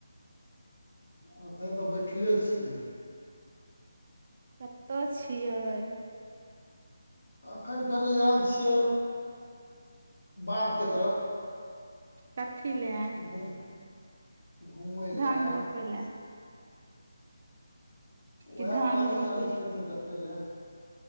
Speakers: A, on the left; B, on the right.
A: एखन तऽ बैठले छियै।
B: कतऽ छियै।
A: एखन कनि आयल छियै बाँधके तरफ।
B: कथी लए।
A: घुम घुमय
B: धान
A: लए
B: रोपै ले। कि
A: उएह
B: धान
A: पानि
B: रोपै
A: तानि
B: ल
A: खेतमे देखै लै।